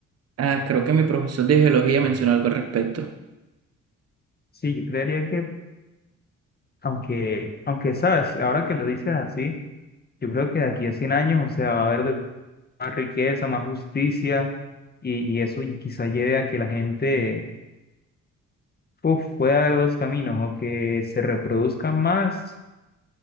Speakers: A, on the right (about 55°); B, on the left (about 30°).
A: Ah, creo que mi profesor de geología mencionó algo al respecto.
B: Sí, yo creería que, aunque, aunque sabes, ahora que lo dices así, Yo creo que de aquí a 100 años, o sea, va a haber de- más riqueza, más justicia, y, y eso y quizá lleve a que la gente, uf, puede haber dos caminos, o que se reproduzcan más,